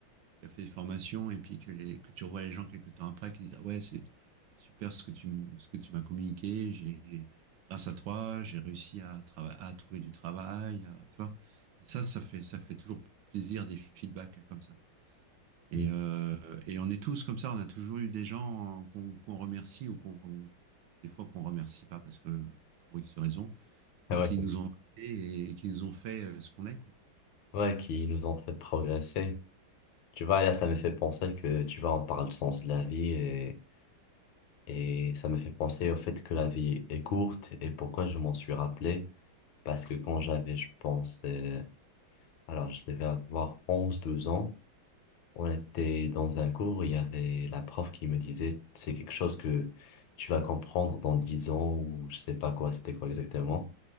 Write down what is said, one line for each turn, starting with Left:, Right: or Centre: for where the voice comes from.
Right: as fait des formations et puis que, les, que tu revois les gens quelques temps après qui disent ah ouais c'est super ce que tu m- ce que tu m'as communiqué j'ai grâce à toi j'ai réussi à trava- à trouver du travail à- tu vois et ça ça fait ça fait toujours plaisir des feedbacks comme ça et
Left: Mm.
Right: euh, et on est tous comme ça on a toujours eu des gens qu'on qu'on remercie ou qu'on des fois qu'on remercie pas parce que pour X raison mais
Left: Ah Ouais,
Right: qui
Left: c'est-
Right: nous
Left: ça.
Right: ont marqué et qui nous ont fait euh, ce qu'on est quoi
Left: ouais, qui nous ont fait progresser. Tu vois, là, ça me fait penser que, tu vois, on parle du sens de la vie et, et ça me fait penser au fait que la vie est courte et pourquoi je m'en suis rappelé. Parce que quand j'avais, je pense, euh, alors je devais avoir onze douze ans, On était dans un cours, il y avait la prof qui me disait, c'est quelque chose que tu vas comprendre dans 10 ans ou je sais pas quoi, c'était quoi exactement.